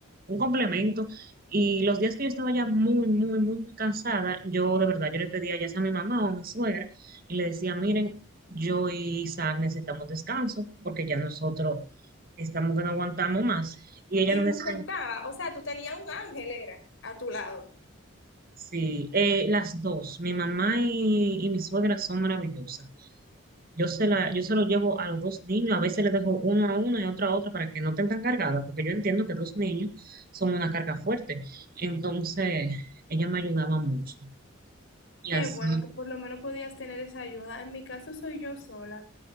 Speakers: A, on the right; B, on the left.
A: un complemento. Y los días que yo estaba ya muy, muy, muy, muy cansada, yo de verdad, yo le pedía ya sea a mi mamá o a mi suegra, y le decía, miren, yo y Isaac necesitamos descanso, porque ya nosotros estamos que no aguantamos más. Y ella
B: Y
A: nos
B: lo
A: decía,
B: aceptaba, o sea, tú tenías un ángel, era, a tu lado.
A: sí, eh, las dos, mi mamá y, y mi suegra son maravillosas. Yo se la, yo se lo llevo a los dos niños, a veces les dejo uno a uno y otro a otro para que no estén tan cargadas, porque yo entiendo que dos niños son una carga fuerte. Entonces, ella me ayudaba mucho. Y
B: Qué
A: así,
B: bueno que por lo menos podías tener esa ayuda. En mi caso soy yo sola.